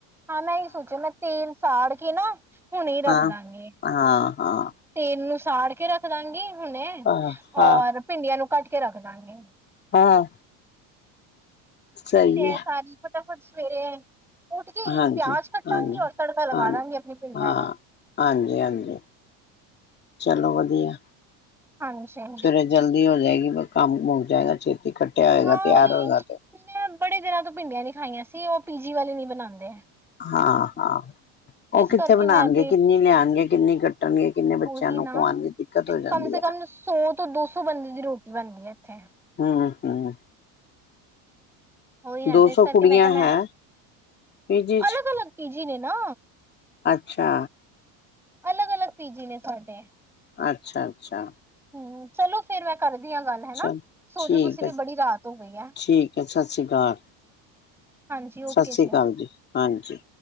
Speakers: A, in the centre; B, on the left.
A: ਹਾਂ ਮੈਂ ਇ ਸੋਚਿਆ ਮੈਂ ਤੇਲ ਸਾੜ ਕੇ ਨਾ, ਹੁਣੇ ਰੱਖ
B: ਹਾਂ
A: ਦਾਂਗੇ।
B: ਹਾਂ ਹਾਂ
A: ਤੇਲ ਨੂੰ ਸਾੜ ਕੇ ਰੱਖਦਾਂਗੀ ਹੁਣੇ,
B: ਹਾਂ ਹਾਂ
A: ਔਰ ਭਿੰਡੀਆਂ ਨੂੰ ਕੱਟ ਕੇ ਰੱਖਦਾਂਗੀ।
B: ਹਾਂ। ਸਹੀ
A: ਤੇ
B: ਹੈ
A: ਸਾਰੀ ਫਟਾ ਫਟ ਸਵੇਰੇ, ਉੱਠ ਕੇ ਇੱਕ
B: ਹਾਂਜੀ
A: ਪਿਆਜ ਕੱਟਾਂਗੀ,
B: ਹਾਂਜੀ
A: ਔਰ ਤੜਕਾ ਲਗਾ
B: ਹਾਂ
A: ਦਾਂਗੀ ਆਪਣੀ ਭਿੰਡੀਆਂ
B: ਹਾਂ
A: ਨੂੰ।
B: ਹਾਂਜੀ, ਹਾਂਜੀ ਚਲੋ ਵਧੀਆ।
A: ਹਾਂਜੀ।
B: ਸਵੇਰੇ ਜਲਦੀ ਹੋ ਜਾਏਗੀ, ਕੰਮ ਮੁੱਕ ਜਾਏਗਾ ਛੇਤੀ, ਕਟਿਆ ਹੋਏਗਾ
A: ਹਾਂ
B: ਤਿਆਰ
A: ਉਹੀ
B: ਹੋਏਗਾ ਤੇ।
A: ਮੈਂ ਬੜੇ ਦਿਨਾਂ ਤੋਂ ਭਿੰਡੀਆਂ ਨੀ ਖਾਈਆਂ ਸੀ, ਉਹ ਪੀਜੀ ਵਾਲੇ ਨੀ ਬਣਾਦੇ ਹੈ।
B: ਹਾਂ, ਹਾਂ। ਉਹ ਕਿੱਥੇ
A: ਕਰਕੇ
B: ਬਣਾਣਗੇ,
A: ਮੈਂ ਤੇ
B: ਕਿੰਨੀ ਲਿਆਣਗੇ, ਕਿੰਨੀ ਕੱਟਣਗੇ, ਕਿੰਨੇ ਬੱਚਿਆਂ
A: ਉਹੀ
B: ਨੂੰ
A: ਨਾ
B: ਖਵਾਉਣਗੇ? ਦਿੱਕਤ ਹੋ ਜਾਂਦੀ
A: ਕਮ ਸੇ
B: ਹੈ
A: ਕਮ
B: ਨਾ
A: ਸੌ ਤੋਂ ਦੋ ਸੌ ਬੰਦੇ ਦੀ ਰੋਟੀ ਬਣਦੀ ਹੈ ਇੱਥੇ।
B: ਹਮ, ਹਮ।
A: ਉਹੀ ਨਾ
B: ਦੋ
A: ਤੇ ਇਸ
B: ਸੌ
A: ਕਰਕੇ
B: ਕੁੜੀਆਂ
A: ਮੈਂ ਕਿਹਾ ਮੈਂ,
B: ਹੈ ਪੀਜੀ ਚ
A: ਅਲੱਗ -ਅਲੱਗ ਪੀਜੀ ਨੇ ਨਾ।
B: ਅੱਛਾ।
A: ਅਲੱਗ- ਅਲੱਗ ਪੀ ਜੀ ਨੇ ਸਾਡੇ।
B: ਅੱਛਾ, ਅੱਛਾ।
A: ਹਮ। ਚਲੋ ਫੇਰ ਮੈਂ ਕਰਦੀ ਹਾਂ ਗੱਲ ਹੈਨਾ,
B: ਚਲ
A: ਸੋਜੋ
B: ਠੀਕ
A: ਤੁਸੀਂ ਵੀ
B: ਹੈ
A: ਬੜੀ ਰਾਤ ਹੋ ਗਈ ਏ।
B: ਠੀਕ ਹੈ ਸਤਿ ਸ਼੍ਰੀ ਅਕਾਲ
A: ਹਾਂਜੀ, ਓਕੇ
B: ਸਤਿ ਸ਼੍ਰੀ
A: ਜੀ।
B: ਅਕਾਲ ਹਾਂਜੀ।